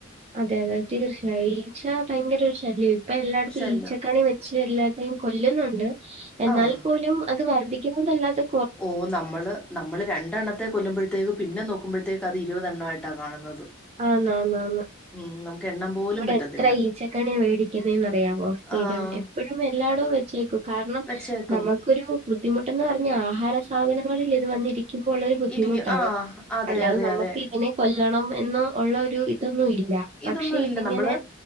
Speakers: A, on the right (about 30°); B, in the centre.
A: അതെ അതെ തീർച്ചയായും ഈച്ച ഭയങ്കര ഒരു ശൈല്യം ഇപ്പൊ എല്ലായിടത്തും
B: ശല്യം
A: ഈച്ചക്കണി വെ അല്ലാതയും കൊല്ലുന്നുണ്ട് എന്നാൽ
B: ആഹ്
A: പോലും അത് വർധിക്കുന്നതല്ലാതെ
B: ഓ നമ്മള് നമ്മള് രണ്ടെണ്ണത്തെ കൊല്ലുമ്പോഴത്തേക്ക് പിന്നെ നോക്കുമ്പോഴത്തേക്ക് അത് ഇരുപതെണ്ണമായിട്ടാണ് കാണുന്നത്
A: ആന്ന് ആന്ന് ആന്ന്
B: ഉം നമുക്ക് എണ്ണം പോലും
A: ഇവിടെ
B: പറ്റത്തില്ല
A: എത്ര ഈച്ചക്കണി മേടിക്കുന്നന്ന്റിയാവോ സ്ഥിരം
B: ആഹ്
A: എപ്പഴും എല്ലായിടും വെച്ചേക്കും കാരണം
B: വെച്ചേക്കും
A: നമുക്കൊരു ബുദ്ധിമുട്ടന്ന് പറഞ്ഞ ആഹാര സാധനങ്ങളിൽ ഇത് വന്നിരി ക്കുമ്പൊള്ളരു ബുദ്ധിമുട്ടാണ്
B: ഇരിക്കും ആഹ് അതെ
A: അല്ലാതെ
B: അതെ
A: നമുക്ക്
B: അതെ
A: ഇതിനെ കൊല്ലണം എ ന്ന് ഉള്ള ഒരു ഇതൊന്നും ഇല്ല പക്ഷെ
B: ഇതൊന്നും
A: ഇതിങ്ങനെ
B: ഇല്ല നമ്മള്